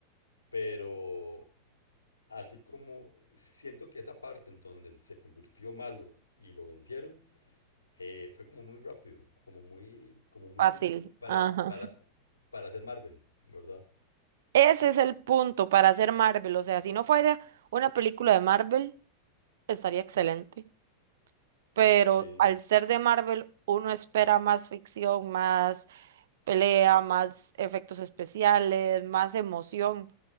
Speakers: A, on the left (about 75°); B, on the right (about 60°).
A: pero así como siento que esa parte en donde se convirtió malo y lo vencieron, eh, fue como muy rápido, como muy, como muy
B: Fácil.
A: simple para,
B: Ajá.
A: para, para hacer Marvel, ¿verdad?
B: Ese es el punto para hacer Marvel. O sea, si no fuera una película de Marvel, estaría excelente. pero
A: Sí.
B: al ser de Marvel, uno espera más ficción, más pelea, más efectos especiales, más emoción,